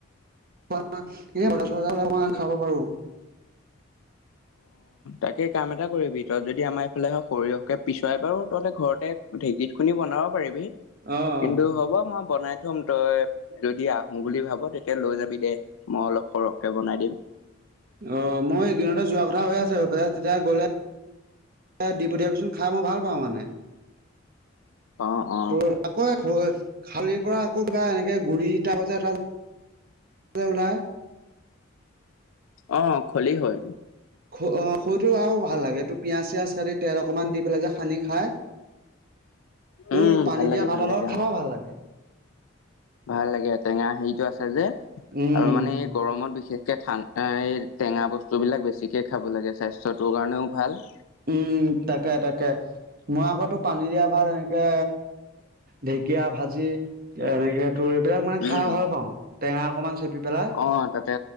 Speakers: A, on the right (about 45°); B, on the left (about 85°).
A: <unintelligible> খাব পাৰোঁ অ <unintelligible>
B: তাকে কাম এটা কৰিবি তই যদি আমাৰ ইফালে হয় সৰিয়হকে পিচুৱাই বাৰু তহঁতে ঘৰতে ঢেঁকীত খুনি বনাব তইও পাৰিবি
A: অ',
B: কিন্তু হ'ব মই বনাই প্ৰথম তই যদি আহোঁ বুলি ভাব তেতিয়া লৈ যাবি দে মই অলপ সৰহকে বনাই দিম।
A: অ' মই এইকেইদিনতে যোৱা কথা হৈ আছে সেইফালে তেতিয়া গ'লে দি পঠিয়াবিচোন খাই মই ভাল পাওঁ মানে।
B: অ', অ',
A: তোৰ আকৌ খালিৰ পৰা আকৌ কিবা এনেকে ঘুৰি তাইপৰ যে এটা ওলাই
B: অ' খলিহৈ
A: স অ' সৰুটো আৰু ভাল লাগে এইটো পিয়াজ চিয়াজ কাটি তেল অকনমান দি পেলাই যে সানি খায়। তোৰ
B: উম,
A: পানী
B: ভাল লাগে,
A: দিয়া ভাতৰ
B: ভাল লাগে
A: লগত খাব
B: অ',
A: ভাল লাগে।
B: ভাল লাগে টেঙা হেৰিতটো আছে যে
A: উম।
B: আৰু মানে এই গৰমত বিশেষ এই টেঙা বস্তু বিলাক বেছিকে খাব লাগে স্বাস্থ্যটোৰ কাৰণেও ভাল।
A: উম তাকে তাকে। মই আকৌ তোৰ পানী দিয়া ভাত এনেকে ঢেকীয়া ভাজি এনেকে তোৰ এইবিলাক মানে খাই
B: উম,
A: ভাল পাওঁ টেঙা অকমান চেপি পেলাই
B: অ' তাকে